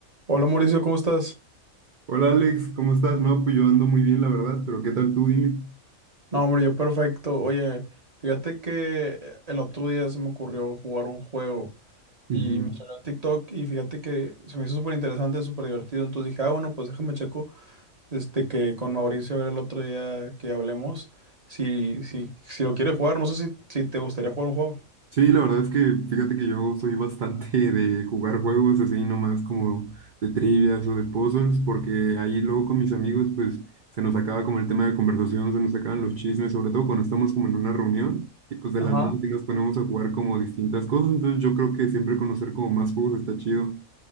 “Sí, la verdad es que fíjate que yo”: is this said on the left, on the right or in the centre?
Right